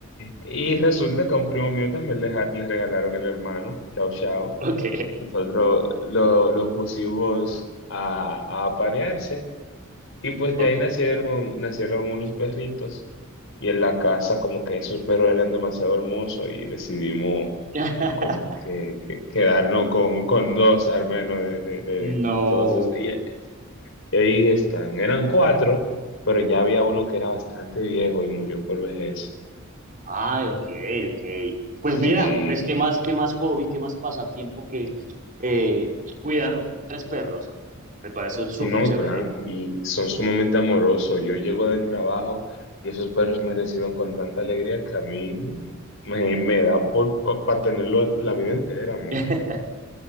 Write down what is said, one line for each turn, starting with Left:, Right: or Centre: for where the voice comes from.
Left: Y resulta que a un primo mío también le, ja- le regalaron el hermano, Chao Chao.
Right: ok,
Left: Nosotros lo, lo pusimos a, a aparearse y pues
Right: ok.
Left: de ahí nacieron, nacieron unos perritos y en la casa como que esos perros eran demasiado hermosos y decidimos
Right: <laughs>
Left: como que, que- quedarnos con, con dos al menos de, de, de-
Right: No.
Left: de todos esos. Y, y ahí están, eran cuatro, pero ya había uno que era bastante viejo y murió por vejez.
Right: Ay, ok, ok. Pues
Left: Sí.
Right: mira, pues qué más, qué más hobby, qué más pasatiempo que eh, cuidar tres perros. Me parece súper
Left: Sí, no,
Right: chévere.
Left: claro, y son sumamente amorosos. Yo llego del trabajo y esos perros me reciben con tanta alegría que a mí me, me da por para tenerlo la vida entera, men.
Right: <laughs>